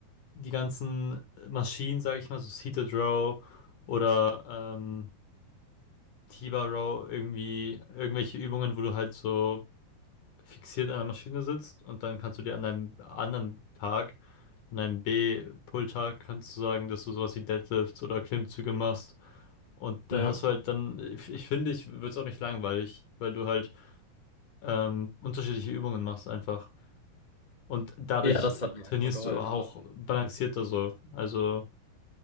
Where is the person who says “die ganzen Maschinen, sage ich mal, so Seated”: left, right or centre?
Left